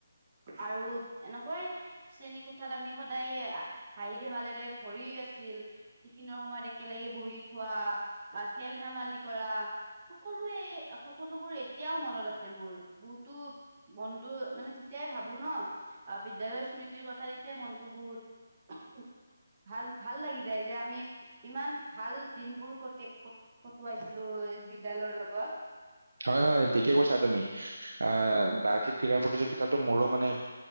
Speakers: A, on the right; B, on the right.
A: আৰু এনেকুৱাই শ্ৰেণী কোঠাত আমি সদায় হাঁহি ধেমালিৰে ভৰি আছিল। টিফিনৰ সময়ত একেলগে বহি খোৱা বা খেল ধেমালি কৰা। সকলোৱে সকলোবোৰ এতিয়াও মনত আছে মোৰ বহুতো মনটো মানে যেতিয়াই ভাবো ন' আহ, বিদ্যালয়ৰ স্মৃতিৰ কথা তেতিয়া মনটো বহুত ভাল ভাল লাগি যায় যে আমি ইমান ভাল দিনবোৰ ক-কটোৱাইছিলো বিদ্য়ালয়ৰ লগত।
B: হয়, হয়, ঠিকে কৈছা তুমি আহ, বাৰ্ষিক ক্ৰীড়া প্ৰতিযোগিতাটো মোৰো মানে